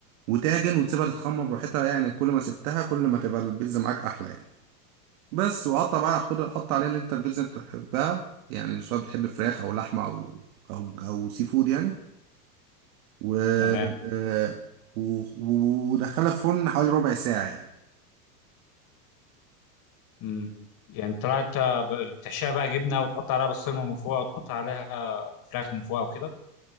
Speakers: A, on the right; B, on the left.
A: وتعجن وتسيبها تتخمر براحتها يعني كل ما سبتها كل ما تبقى البيتزا معاك احلى يعني بس وقطع بقى خد حط عليها اللي انت البيتزا انت بتحبها يعني سواء بتحب فراخ او لحمه او او او سي فود يعني و
B: تمام
A: آه، و- و- ودخلها في الفرن حوالي ربع ساعه يعني
B: امم يعني طلعت آه، ب- بتحشيها بقى جبنه وتحط عليها بسطرمه من فوق وتحط عليها فراخ من فوق وكده